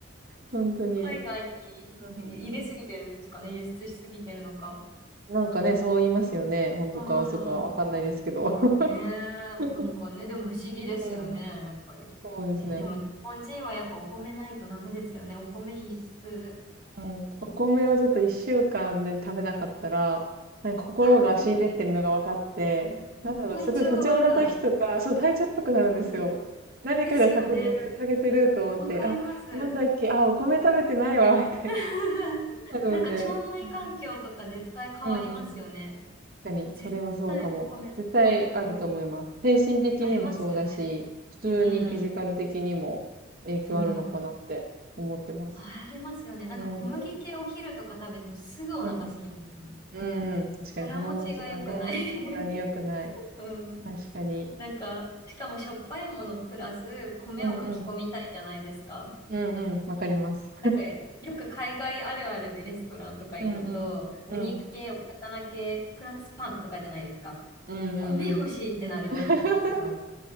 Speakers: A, on the right (about 45°); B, on the left (about 20°).
A: 本当に。
B: 海外に入れすぎてるんですかね。
A: うんうん
B: 輸出しすぎてるのか。
A: なんかね、そう言いますよね。本当か嘘かわかんないですけど。
B: はい。ですよね。
A: <laughs>
B: なんかね、でも不思議ですよね、
A: うん。
B: やっぱり。
A: そうですね。
B: えでも日本人はやっぱお米ないとダメですよね。お米必須。
A: うん。お米をちょっと一週間で食べなかったら、なんか心が死んでってるのが分かって、
B: ああ、無理無理。うん体調が悪くなる。
A: なんだろう、すごい不調な時とか、そう、体調悪くなるんですよ。
B: うん。
A: 何かが欠けてる、
B: ですよね。
A: 欠けてると思って、
B: わかります。
A: あ、なんだっけ、あ、お米食べてないわ、みたいな。
B: <laughs>
A: <laughs> なるんで。
B: なんか腸内環境とか絶対変わりますよね。
A: うん。うんうん。確かに、
B: 絶対お米。
A: それはそうかも。絶対あると思います。
B: うーん。
A: 精神的にもそうだし、
B: ありますよね。
A: 普通にフィジカル的にも影響あるのかなって思ってます。
B: うん。うん。ありますよね。なんか小麦系お昼とか食べてもすぐお腹すきますもん。
A: うんうん。うんうん。うんうん。確かに腹持ちはね、
B: 腹持ちが良くない <laughs>
A: そんなに良くない。
B: うん。
A: 確かに。
B: なんか、しかもしょっぱいものプラス米をかき込みたいじゃないですか。
A: うんうん。うんうん。わかります。
B: なんか、よく海外あるあるでレストランとか行くと、
A: うんうん。
B: お肉系、
A: うん。
B: お魚系、プラスパンとかじゃないですか。
A: うんうんうん。
B: 米欲しいってなりますね、
A: <laughs>
B: すごい。